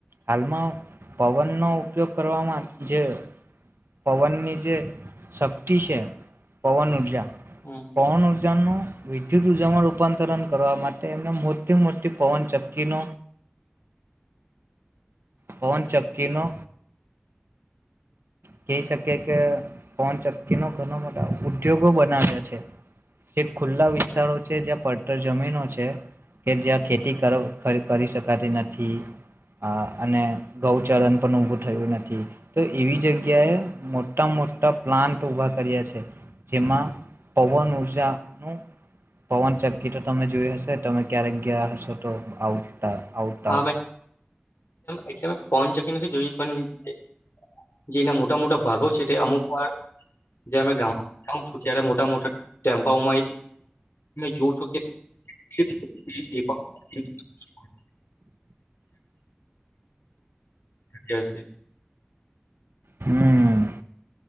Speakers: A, on the right; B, on the left.
A: હાલમાં પવનનો ઉપયોગ કરવામાં જે પવનની જે શક્તિ છે પવન ઉઊર્જા
B: હમ
A: કો ન ઉજનું વિદ્યુત ઉર્જામાં રૂપાંતરણ કરવા માટે એમને મોટી મોટી પવન ચક્કી ન પવન ચક્કી નો કહી શકીએ કે પવન ચક્કી ન ઘણા બધા ઉદ્યોગો બનાવ્યા છે ખુલ્લા વિસ્તારો
B: હમ
A: છે જ્યાં પ્ટર જમીનો છે કે જ્યાં ખેતી કરી શકાતી નથી આ અને ગૌચરન પણ ઊભું થયું નથી તો એવી જગ્યાએ મોટા મોટા પ્લાન્ટ ઊભા કર્યા છે જેમાં પવન ઉર્જાનું પવન ચક્કી તો તમે જોય હશે કે તમે ક્યારે ગ્યા હશો તો આવઉટ ટ આઉટઉ
B: હા એટલે મેં પહોચકી નથી જોયું પણ જેના મોટા મોટા ભાગો છે તે અમુક વા જે અમે ગ ત્યારે મોટા મોટા ટેમ્પાઓમાં જો છ કે <unintelligible> છે <unintelligible>
A: હમ